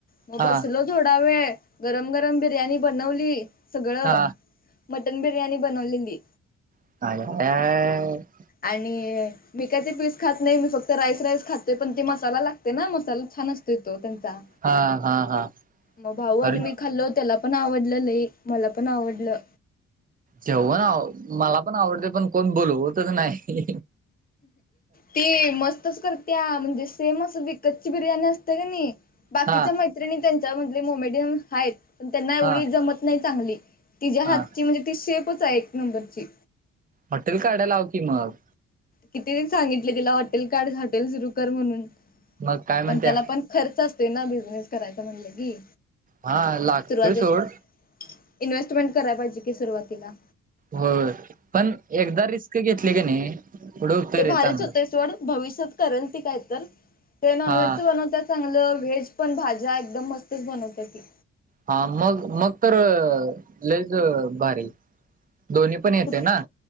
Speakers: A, on the left; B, on the right.
A: मग
B: हा
A: बसलो थोडा वेळ गरम-गरम बिर्यानी बनवली सगळं,
B: हा
A: मटण बिर्याणी बनवलेली.
B: आयाया....
A: आणि. मी काही ते पीस खात नाही, मी फक्त राईस-राईस खातोय, पण ते मसाला लागते ना मसाला छान असतोय तो त्यांचा.
B: हा हा हा
A: मग भाऊ
B: अरे
A: आणि मी खाल्ल, त्याला पण आवडलं लई मला पण आवडलं.
B: जेवण, मला पण आवडते, पण कोण बोलवतच नाही.
A: ती मस्तच करतेया, म्हणजे सेम अस विकत ची बिर्याणी असते कनी. बाकीच्या
B: हा
A: मैत्रिणी त्यांच्या मधले मोमेडियम आहेत. पण त्यांना एवढी
B: हा
A: जमत नाही चांगली. तिच्या
B: हा
A: हातची म्हणजे ती शेपच आहे एक नंबरची.
B: हॉटेल काढाय लाव की मग.
A: किती वेळा सांगितले तिला. हॉटेल काढ, हॉटेल सुरू कर म्हणून,
B: मग काय म्हणत्या
A: पण त्याला पण खर्च असते ना, बिझनेस करायचा म्हणलं की.
B: हा लागतोय
A: सुरुवातीला
B: सोड.
A: इन्व्हेस्टमेंट कराय पाहिजे की सुरुवातीला.
B: होय. पण एकदा रिस्क घेतली का नाही. पुढं होतंय
A: ते
B: रे
A: भारीच
B: चांगलं
A: होतय सोड. भविष्यात करेल ती काय तर, ते नॉनव्हेजच
B: हा
A: बनवत्यात चांगलं व्हेज पण, भाज्या एकदम मस्तच बनवत ती.
B: हा मग मग तर अं, लयच अं भारी दोन्ही पण येते
A: कुठ
B: ना.